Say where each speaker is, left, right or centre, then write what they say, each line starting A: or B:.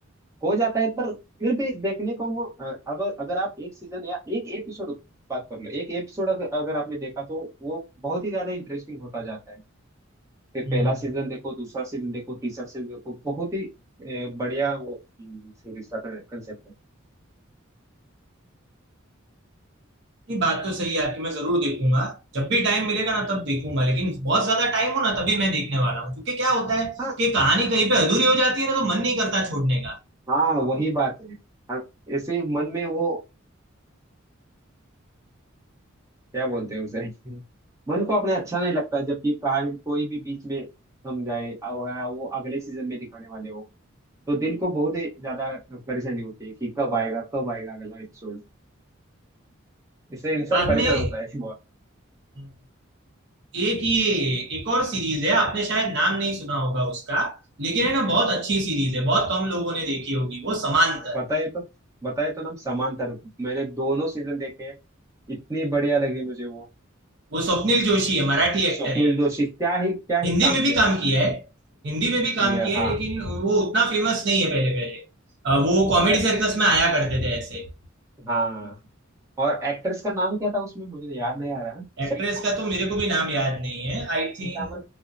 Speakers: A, on the right (about 15°); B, on the right (about 55°).
A: हो जाता है पर फिर भी देखने को मो- अ, अब अगर आप एक सीजन या एक एपिसोड बात कर लो एक एपिसोड अगर अगर आपने देखा तो वो बहुत ही ज्यादा इंटरेस्टिंग होता जाता है फिर
B: हम्म
A: पहला सीजन देखो दूसरा सीजन देखो तीसरा सीजन देखो बहुत ही अ, बढ़िया वो सीरीज का कंसेप्ट है
B: नहीं बात तो सही है आपकी मैं जरूर देखूंगा जब भी टाइम मिलेगा ना तब देखूंगा लेकिन बहुत ज्यादा टाइम हो ना तभी मैं देखने वाला हूँ क्योंकि क्या होता है
A: हाँ
B: कि कहानी कहीं पे अधूरी हो जाती है ना तो मन नहीं करता छोड़ने का
A: हाँ वही बात है हाँ, ऐसे ही मन में वो क्या बोलते हैं उसे <laughs> मन को अपने अच्छा नहीं लगता है, जबकि कहानी कोई भी बीच में थम जाए और वो अगले सीजन में दिखाने वाले हो तो दिल को बहुत ही ज्यादा परेशानी होती है कि कब आएगा कब आएगा अगला एपिसोड इससे इंसान
B: बाद
A: परेशान
B: में
A: होता है बहुत
B: हम्म, एक ये एक और सीरीज है आपने शायद नाम नहीं सुना होगा उसका लेकिन है ना बहुत अच्छी सीरीज है बहुत कम लोगों ने देखी होगी वो समांतर
A: बताइए तो बताइए तो ना समांतर मैंने दोनों सीजन देखे हैं इतनी बढ़िया लगी मुझे वो
B: वो स्वप्निल जोशी है मराठी एक्टर
A: स्वप्निल
B: है
A: जोशी क्या ही क्या ही
B: हिंदी
A: काम
B: में भी
A: किया
B: काम
A: है उसमें
B: किया है हिंदी में भी काम
A: ये
B: किया
A: हाँ
B: है लेकिन वो उतना फेमस नहीं है पहले पहले अ, वो
A: उस
B: कॉमेडी
A: एक,
B: सर्कस में आया करते थे ऐसे
A: हाँ और एक्ट्रेस का नाम क्या था उसमें मुझे याद नहीं आ रहा
B: एक्ट्रेस
A: सही तामल
B: का तो मेरे को भी नाम याद नहीं है आई
A: सही
B: थिंक
A: तामल